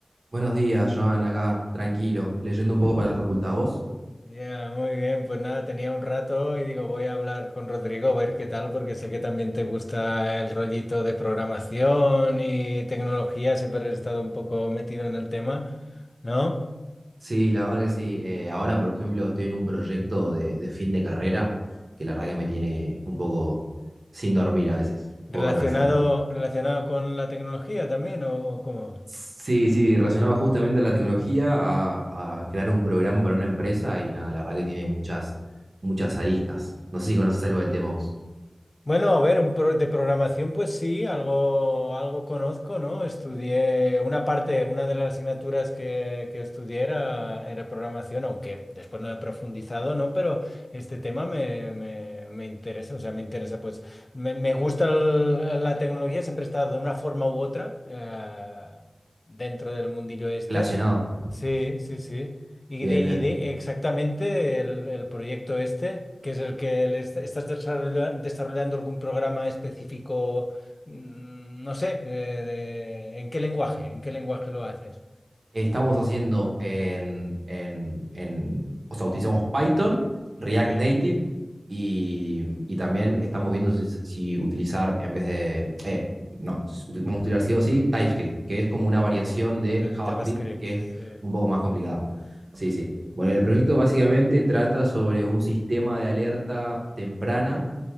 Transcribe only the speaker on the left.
Ya, muy bien, pues nada, tenía un rato y digo, voy a hablar con Rodrigo a ver qué tal, porque sé que también te gusta el rollito de programación y tecnología, siempre has estado un poco metido en el tema, ¿no?
¿Relacionado,
relacionado con la tecnología también o o cómo?
Bueno, a ver, un pro- de programación, pues sí, algo, algo conozco, ¿no? Estudié una parte, una de las asignaturas que, que estudié era, era programación, aunque después no he profundizado, ¿no? Pero este tema me, me- me interesa, o sea, me interesa, pues me, me gusta el- la tecnología, siempre he estado de una forma u otra eh, dentro del mundillo este.
Sí, sí, sí. Y
de, y
de exactamente el, el proyecto este, que es el que le est- estás desarrolla- desarrollando algún programa específico, mm, no sé, eh, de- ¿en qué lenguaje? ¿En qué lenguaje lo haces?
Sí,
en
JavaScript.
Sí.